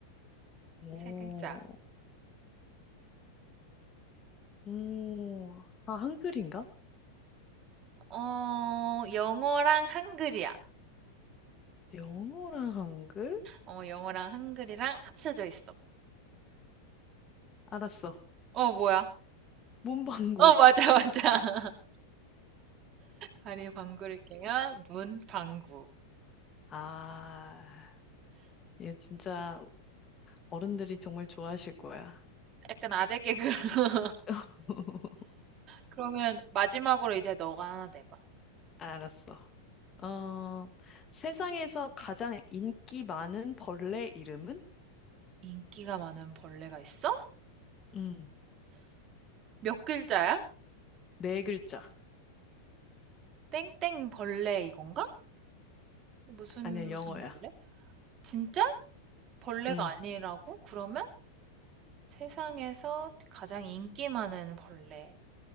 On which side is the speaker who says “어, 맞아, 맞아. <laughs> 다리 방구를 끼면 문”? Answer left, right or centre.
Right